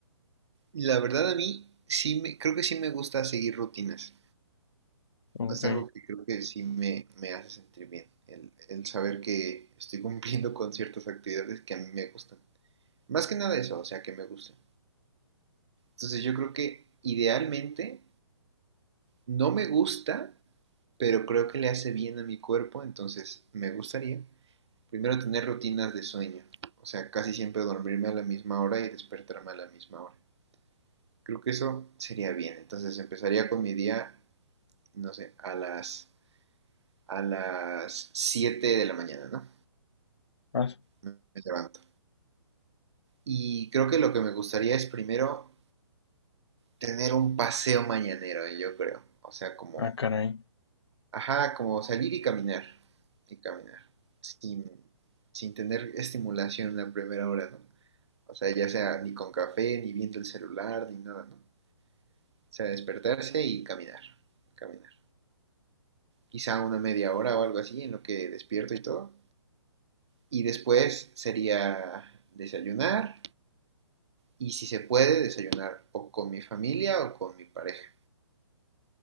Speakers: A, on the right (about 65°); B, on the left (about 60°).
A: la verdad a mí sí me, creo que sí me gusta seguir rutinas.
B: Ok.
A: Es algo que creo que sí me, me hace sentir bien, el, el saber que estoy <laughs> cumpliendo con ciertas actividades que a mí me gustan. Más que nada eso, o sea, que me gustan. Entonces yo creo que idealmente no me gusta, pero creo que le hace bien a mi cuerpo, entonces me gustaría primero tener rutinas de sueño. O sea, casi siempre dormirme a la misma hora y despertarme a la misma hora. Creo que eso sería bien. Entonces empezaría con mi día, no sé, a las, a las 7 de la mañana, ¿no?
B: Ah, su-
A: Me me levanto. Y creo que lo que me gustaría es primero tener un paseo mañanero, eh, yo creo. O sea, como,
B: ah, caray.
A: ajá, como salir y caminar. Y caminar. Sin, sin tener estimulación en la primera hora, ¿no? O sea, ya sea ni con café, ni viendo el celular, ni nada, ¿no? O sea, despertarse y caminar. Caminar. quizá una media hora o algo así en lo que despierto y todo. Y después sería desayunar y si se puede desayunar o con mi familia o con mi pareja.